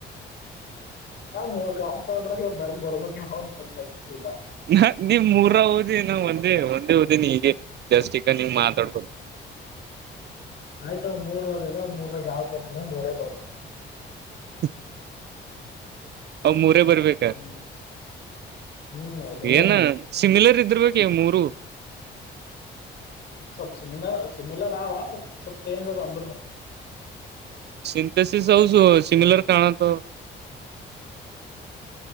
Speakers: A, on the left; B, on the right.
A: ಮೂರ್ ಕಾಂಪೌಂಡ್ರಾಗ ಬರ್ದ ಬರ್ಬೇಕ ಅವ ಪಡ್ಲ ಸನಾ
B: ನಾ ನಿಮ್ ಮೂರ ಓದಿ ನ ಒಂದೇ ಒಂದೇ ಓದಿನ ಈಗೆ ಜಾಸ್ಟ ಈಗ ನೀಮ್ ಮಾತಾಡ್ಬೋ
A: ಆಯ್ತ ಒ ಮೂರವರೆ ಇ ಮೂರಾಗ ಯಾವ್ ಕೊಟರು ಒ ಮೂರೇ ಬರ್ಬೇಕ
B: <inaudible> ಅವ್ ಮೂರ ಬರ್ಬೇಕ
A: ಹ್ಮ್ ಹ್ಮ್ ಅವ್ ಮೂರೇ
B: ಏನ ಸಿಮಿಲರ್ ಇದರ್ ಬ ಮೂರು <unintelligible>
A: ಸಬ್ ಸಿಮಿಲರ್ ಸಿಮಿಲರ್ ಆ ಬಟ್ ಸ ಚೇಂಜ್ ಅ ಅಂದ್ರ <unintelligible>
B: ಸಿಂಥೆಸಸ್ ಹೌ ಸ <unintelligible> ಸಿಮಲರ್ ಕಾಣಂತ